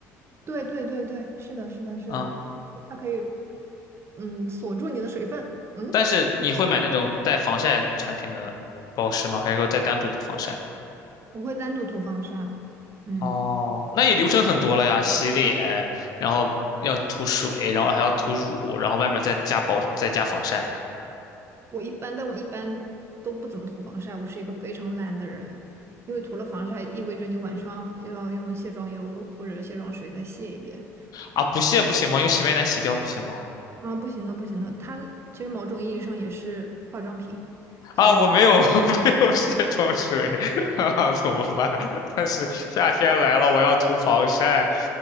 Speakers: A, on the right; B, on the left.
A: 对对对对，是的，是的，是的，
B: 嗯、
A: 它可以嗯锁住你的水分。嗯，
B: 但是你会买那种带防晒产品的保湿吗？还是说再单独涂防晒？
A: 我会单独涂防晒。嗯，
B: 哦，那也流程很多了呀，洗脸，然后要涂水，然后还要涂乳，然后外面再加保，再加防晒。
A: 我一般，但我一般都不怎么涂防晒，我是一个非常懒的人，因为涂了防晒意味着你晚上又要用卸妆油或者卸妆水再卸一遍。
B: 啊，不卸不行吗？用洗面奶洗掉不行吗？
A: 啊，不行的，不行的，它其实某种意义上也是化妆品，所以
B: 啊，我没有，<laughs> 我没有卸妆水，<laughs> 哈哈，怎么办？但是夏天来了，我要涂防晒，